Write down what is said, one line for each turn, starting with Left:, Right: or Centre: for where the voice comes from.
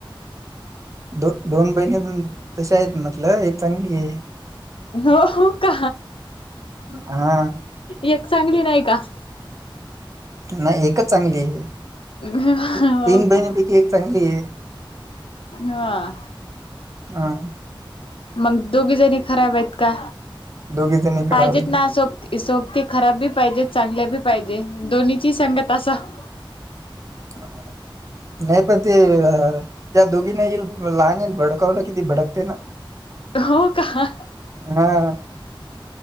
Right: दो दोन बहिणी तश आहेत, म्हटलं एक चांगली आहे.
Left: हो हो का,
Right: हा
Left: एक चांगली नाही का.
Right: नाही एकच चांगली ये.
Left: हो
Right: तीन बहिणीपैकी,
Left: का
Right: एक चांगली ये.
Left: हा
Right: हा.
Left: मग दोघी जणी खराब आहेत का,
Right: दोघी जणी खराब
Left: पाहिजेत
Right: आहेत
Left: ना सोबती. सोबती खराब बी पाहिजे, चांगल्या बी पाहिजे दोन्हीची संगत असावं.
Right: <unintelligible> नाही पण ते त्या दोघीना येईल, लहान येईल भडकावलं कि ती भडकते ना.
Left: हो का.
Right: हा